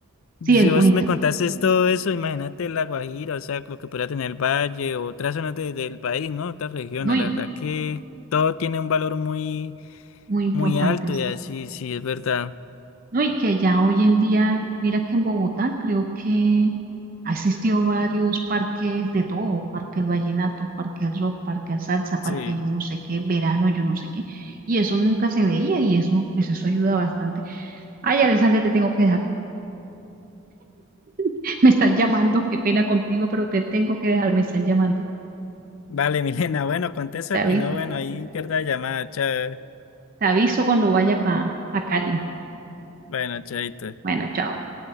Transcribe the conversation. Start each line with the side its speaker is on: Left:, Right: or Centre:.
Right: Sí,
Left: Si
Right: es
Left: vos
Right: bonita,
Left: me contases todo eso, imagínate La Guajira, o sea, lo que pudiera tener el valle, otras zonas de- del país, ¿no? Otras regiones,
Right: ¿no? Y
Left: la verdad que todo tiene un valor muy,
Right: muy importante,
Left: muy alto
Right: sí.
Left: y así, sí, es verdad.
Right: No, y que ya hoy en día, mira que en Bogotá creo que ha existido varios parques de todo, parque del vallenato, parque del rock, parque del salsa,
Left: Sí.
Right: parque yo no sé qué, verano yo no sé qué, y eso nunca se veía y eso, pues eso ayuda bastante. Ay, Alexander, te tengo que dejar, <laughs> me están llamando, qué pena contigo, pero te tengo que dejar, me están llamando.
Left: Vale, <laughs> Milena, bueno, contesto
Right: Te
Left: aquí,
Right: aviso,
Left: no, bueno, ahí pierda la llamada, chao.
Right: te aviso cuando vaya para Cali.
Left: Bueno, chaito.
Right: Bueno, chao.